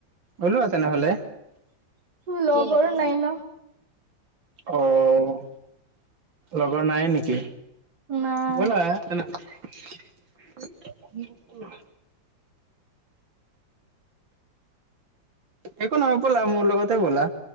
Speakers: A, on the right; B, on the right.
A: ওলোৱা তেনেহলে একে
B: লগৰ
A: একে।
B: নাই ন।
A: অ', লগৰ নাই নেকি?
B: নাই
A: ব'লা তেনেহলে। একো নহয় ব'লা মোৰ লগতে ব'লা।